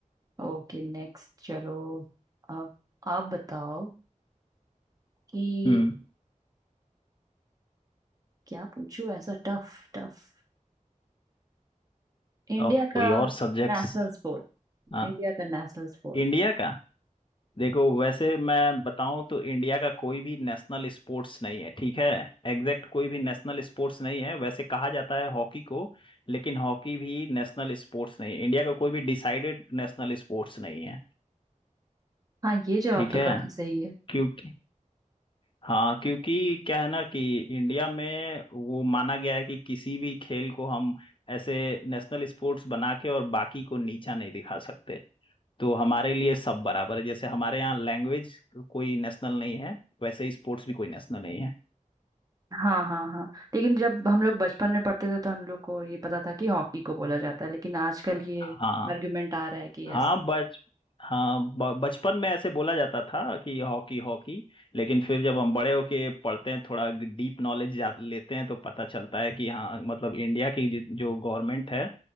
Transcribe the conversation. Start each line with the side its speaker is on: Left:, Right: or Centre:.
Right: Okay next चलो अब आप बताओ कि
Left: हम्म
Right: क्या पूछूं ऐसा टफ टफ इंडिया
Left: ऑफ कोई
Right: का
Left: और सब्जेक्ट्स
Right: नेशनल स्पोर्ट
Left: हाँ
Right: इंडिया का नेशनल स्पोर्ट
Left: इंडिया का देखो वैसे मैं बताऊं तो इंडिया का कोई भी नेशनल स्पोर्ट्स नहीं है ठीक है एग्जैक्ट कोई भी नेशनल स्पोर्ट्स नहीं है वैसे कहा जाता है हॉकी को लेकिन हॉकी भी नेशनल स्पोर्ट्स नहीं है इंडिया का कोई भी डिसाइडेड नेशनल स्पोर्ट्स नहीं है
Right: हाँ ये जवाब
Left: ठीक
Right: तो
Left: है
Right: काफी सही है
Left: क्योंकि हाँ क्योंकि क्या है ना कि इंडिया में वो माना गया है कि किसी भी खेल को हम ऐसे नेशनल स्पोर्ट्स बना के और बाकी को नीचा नहीं दिखा सकते तो हमारे लिए सब बराबर है जैसे हमारे यहाँ लैंग्वेज कोई नेशनल नहीं है वैसे ही स्पोर्ट्स भी कोई नेशनल नहीं है
Right: हाँ हाँ हाँ लेकिन जब हम लोग बचपन में पढ़ते थे तो हम लोग को ये पता था कि हॉकी को बोला जाता है लेकिन आजकल हाँ ये
Left: हाँ
Right: आर्गुमेंट आ रहा है कि
Left: हाँ
Right: ऐसा
Left: बच हाँ ब- बचपन में ऐसे बोला जाता था कि हॉकी हॉकी लेकिन फिर जब हम बड़े होके पढ़ते हैं थोड़ा डीप नॉलेज लेते हैं तो पता चलता है कि हाँ मतलब इंडिया की जि- जो गवर्नमेंट है